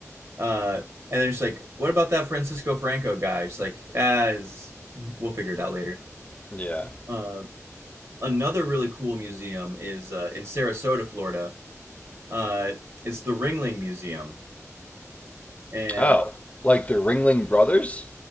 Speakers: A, on the right; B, on the left.
A: Uh, and they're just like, what about that Francisco Franco guy? She's like, ah, is <laughs> we'll figure it out later.
B: Yeah.
A: Uh, another really cool museum is uh, in Sarasota, Florida. Uh, it's the Ringling Museum. And
B: Oh, like the Ringling Brothers?